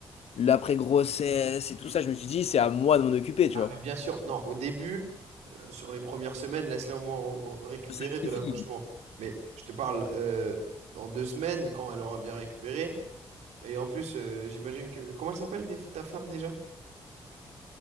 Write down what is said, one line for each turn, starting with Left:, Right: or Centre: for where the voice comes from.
Left: l'après-grossesse et tout ça, je me suis dit, c'est à moi de m'en occuper, tu
Right: ah
Left: vois.
Right: mais bien sûr, non, au début, euh, sur les premières semaines, laisse-la au moins r- r- récupérer
Left: Je me sacrifie.
Right: de l'accouchement. Mais je te parle euh, dans deux semaines quand elle aura bien récupéré. Et en plus, euh, j'imagine que... Comment elle s'appelle des- ta femme déjà?